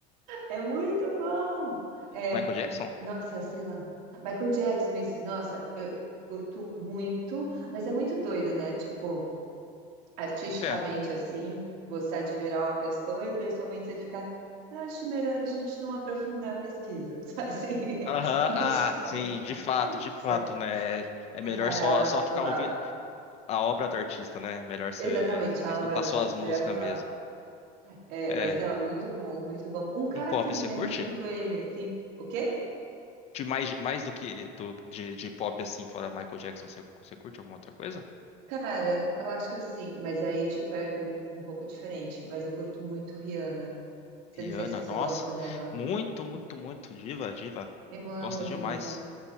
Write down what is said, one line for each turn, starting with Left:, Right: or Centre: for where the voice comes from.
Right: É muito bom. É,
Left: Michael Jackson?
Right: nossa, sei lá. Michael Jackson, isso, nossa, eu curto muito, mas é muito doido, né? Tipo, artisticamente
Left: O que é?
Right: assim, você admirar uma pessoa e pessoalmente você ficar, "Eu acho melhor a gente não aprofundar a pesquisa, <laughs> sabe assim?
Left: Aham,
Right: <laughs> Deixa
Left: ah,
Right: quieto.
Left: sim, de fato, de fato,
Right: Sepa-
Left: né? É
Right: Separar
Left: melhor só,
Right: o,
Left: só
Right: at-
Left: ficar
Right: o- a-
Left: ouvindo a obra do artista, né? Melhor você
Right: exatamente a
Left: você escutar
Right: obra do
Left: só
Right: artista,
Left: as músicas
Right: eu ia falar.
Left: mesmo.
Right: É,
Left: É,
Right: mas não, é muito bom, muito bom. Um cara
Left: um pop
Right: que me
Left: você
Right: lembra
Left: curte?
Right: muito ele, assim, o quê?
Left: De mais, mais do que do, de, de pop assim, fora Michael Jackson, você, você curte alguma outra coisa?
Right: Cara, eu acho que assim, mas aí, tipo, é um, um pouco diferente. Mas eu curto muito Rihanna. Você
Left: Rihanna,
Right: não sei se você
Left: nossa,
Right: gosta dela.
Left: muito, muito, muito, diva, diva.
Right: Eu amo
Left: Gosto
Right: a diva.
Left: demais.